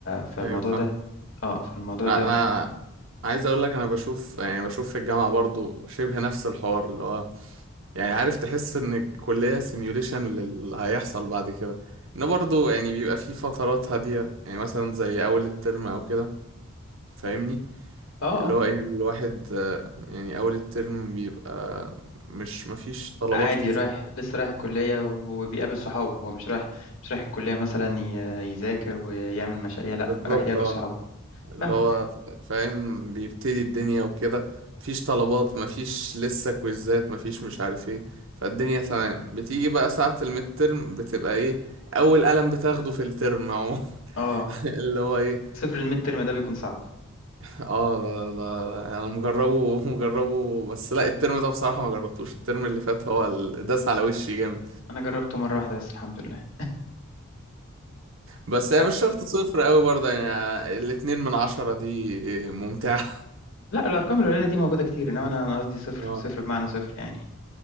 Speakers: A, on the left; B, on the right.
A: فالموضوع
B: ايوه فاهم
A: ده اه فالموضوع
B: انا
A: ده
B: أنا عايز اقول لك انا بشوف يعني بشوف في الجامعه برضو شبه نفس الحوار اللي هو يعني عارف تحس ان الكلية سيميوليشن للي هيحصل بعد كده ان برضو يعني بيبقى في فترات هادية يعني مثلا زي اول الترم او كده فاهمني
A: اه
B: اللي
A: اه
B: هو ايه الواحد آه، يعني اول الترم بيبقى مش مفيش طلبات
A: عادي
B: كتير
A: رايح لسه رايح الكلية وبيقابل صحابه هو مش رايح مش رايح الكلية مثلا ي- يذاكر ويعمل مشاريع لا
B: بالظبط
A: رايح يقابل
B: اه
A: صحابه
B: اللي
A: فاهمك
B: هو ف- فاهم بيبتدي الدنيا وكده مفيش طلبات مفيش لسه كويزات مفيش مش عارف ايه فالدنيا تمام بتيجي بقى ساعة الميد ترم بتبقى ايه اول قلم بتاخده في الترم عموما
A: اه
B: <laughs> اللي هو ايه
A: صفر الميد ترم ده بيكون صعب
B: اه ده ده انا مجربه <laughs> مجربه بس لا الترم ده بصراحة ما جربتوش الترم اللي فات هو ال- داس على وشي جامد
A: انا جربته مره واحده بس الحمد لله
B: بس
A: ف...
B: هي مش شرط صفر قوي برضه يعني الاتنين من عشرة دي ممتعة <laughs>
A: لا الارقام القليله دي موجوده كتير انما انا أنا قصدي صفر
B: اه
A: صفر بمعنى صفر يعني